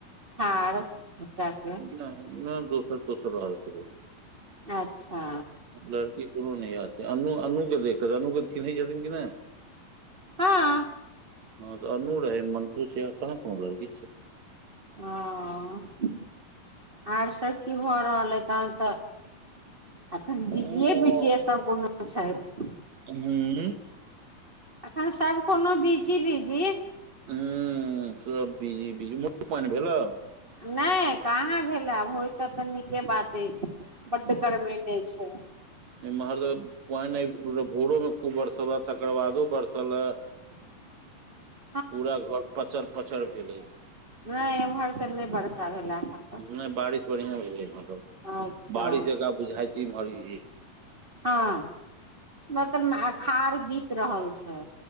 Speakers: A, on the right (about 80°); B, on the right (about 55°).
A: हँ आरो <unintelligible>
B: नहि नहि दोसर दोसरो हालथब <unintelligible>
A: अच्छा।
B: लड़की कोनो नै याद अन्नू अन्नूके देख क अन्नूकेऽ चिन्है छथिन कि नै।
A: हँ
B: हँ तऽ अन्नू रहै मंटू छै आर कहाँ कोनो लड़की छै
A: हँ आर सब की भऽ रहल अइ तहन तऽ एखन बिजिए
B: हूँ
A: बिजिए सब <unintelligible> छैथ
B: हूँ
A: एखन सब कोनो बिजी बिजी
B: <unintelligible> सब बिजी बीज उमहरो पाइन भेलै
A: नै कहाँ भेला हो तऽ तऽ नीके बात ऐ बड गर्मेने छै
B: <unintelligible> पाइन <unintelligible> भोरो में खूब बरसल तकर बादो बरसल अ
A: <unintelligible>
B: पूरा घर पचर पचर भेल ए
A: नै एमहर तऽ नै बर्षा भेलै हन
B: नै बारिश बड़ियाँ भेलै एम्हरौ
A: अच्छा
B: <inaudible> बारिश जेका बुझा छी इम्हर इ
A: हँ <inaudible> मतलब अखार बीत रहल छै